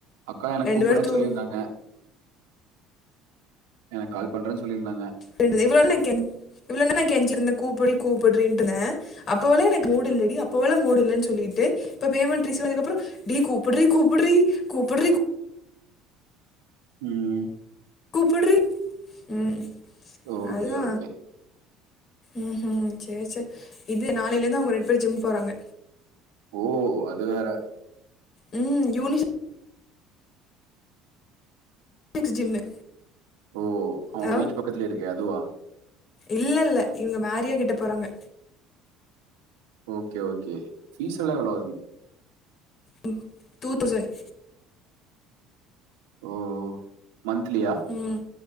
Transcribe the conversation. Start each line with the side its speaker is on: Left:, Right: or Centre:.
Right: அக்கா எனக்
Left: ரெண்டு
Right: கூப்பறன்
Left: பேரும் தூ
Right: சொல்லியிருந்தாங்க எனக் கால் பண்றன் சொல்லியிருந்தாங்க
Left: <unintelligible> இவ்ள நா கெஞ் இவள நா கெஞ்சிருந்தே கூப்புரி கூப்புட்ரீண்டுருந்த அப்போவல்லா எனக்கு மூடு இல்லடி அப்போவல்லா மூடு இல்லன்னு சொல்லிட்டு இப்ப பேமெண்ட் ரிசிவ்வானதுக்கப்பறோ டி கூப்புட்ரி கூப்புட்ரி கூப்புட்ரி கூப்
Right: ம் ம்
Left: கூப்புட்ரி உம்
Right: ஓகே,
Left: அதா
Right: ஓகே.
Left: ம்உ ம் சேர் சேர் இது நாளையிலேந்து அவங்க ரெண்டு பேரும் ஜிம் போறாங்க
Right: ஓ அது வேற
Left: ம் யூனிஸ் னிக்ஸ் ஜிம்மு
Right: ஓ அவங்க
Left: ஹலோ
Right: வீட்டு பக்கத்துலயே இருக்கே அதுவா
Left: இல்ல இல்ல இவங்க மேரியா கிட்ட போறாங்க
Right: ஓகே ஓகே பீஸ்ஸெல்லா எவ்ளோ வரு
Left: <unintelligible> டூ தௌசண்ட்
Right: ஓ ஓ மன்த்லியா
Left: ம்